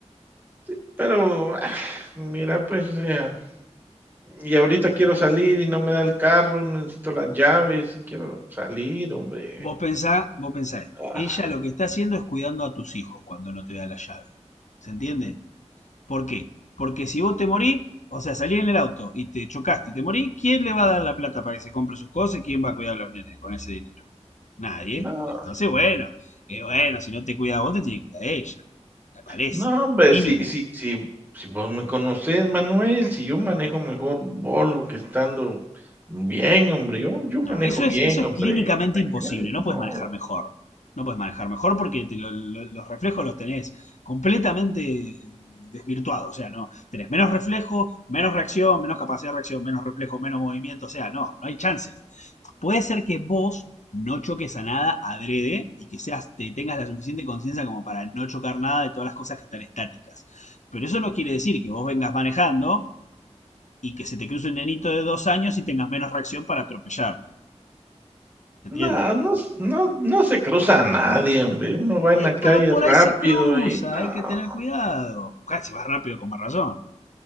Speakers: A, on the right; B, on the left.
A: Sí, pero, ah, mira, pues, o sea Y ahorita quiero salir y no me da el carro, necesito las llaves, quiero salir, hombre.
B: Vos pensá, vos pensá esto.
A: Ah,
B: Ella lo que está haciendo es cuidando a tus hijos cuando no te da la llave. ¿Se entiende? ¿Por qué? Porque si vos te morís, o sea, salí en el auto y te chocaste y te morís, ¿quién le va a dar la plata para que se compre sus cosas y quién va a cuidar a los nenes con ese dinero? Nadie.
A: no.
B: Entonces, bueno, eh, bueno, si no te cuida vos, te tiene que cuidar ella. Me parece.
A: No, hombre,
B: Mínimo.
A: si si si si vos me conocés, Manuel, si yo manejo mejor bolo que estando bien, hombre, yo yo
B: No,
A: manejo
B: eso
A: bien,
B: es, eso es
A: hombre.
B: clínicamente
A: En la
B: imposible.
A: calle,
B: No
A: no.
B: puedes manejar mejor. No puedes manejar mejor porque te lo- lo- los reflejos los tenés completamente desvirtuados. O sea, no. Tenés menos reflejo, menos reacción, menos capacidad de reacción, menos reflejo, menos movimiento. O sea, no, no hay chances. Puede ser que vos no choques a nada adrede y que seas, te tengas la suficiente conciencia como para no chocar nada de todas las cosas que están estáticas. Pero eso no quiere decir que vos vengas manejando y que se te cruce un nenito de dos años y tengas menos reacción para atropellarlo. ¿Se entiende?
A: No, no s no no se cruza a nadie, hombre. Uno va
B: Eh,
A: en la calle
B: pero por
A: rápido
B: ahí se cruza,
A: y no,
B: hay que tener cuidado. Casi vas rápido con más razón.